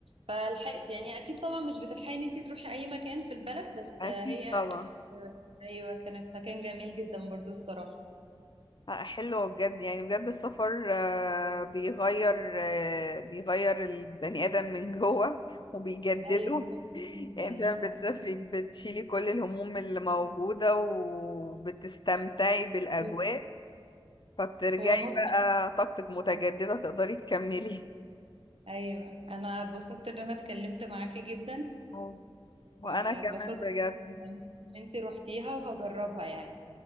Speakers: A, on the right; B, on the left.
A: فلحقت يعني اكيد طبعا مش بتلحقي ان انت تروحي اي مكان في البلد بس
B: اكيد
A: آه، هي
B: طبعا
A: كانت ايوه كانت مكان جميل جدا برضو الصراحه
B: لا، حلوة بجد يعني بجد السفر آه، بيغير آه، بيغير البني ادم من جوه وبيجدده
A: ايوه متعه
B: <laughs>
A: جدا
B: يعني انت لما
A: متعه
B: بتسافري بتشيلي كل الهموم اللي موجودة وبتستمتعي بالاجواء
A: أيوة،
B: فبترجعي
A: هو متعه
B: بقى طاقتك متجددة تقدري تكملي
A: ايوه انا اتبسطت ان انا اتكلمت معاكي جدا
B: اه وانا
A: واتبسطت
B: كمان بجد
A: ان انت روحتيها وهجربها يعني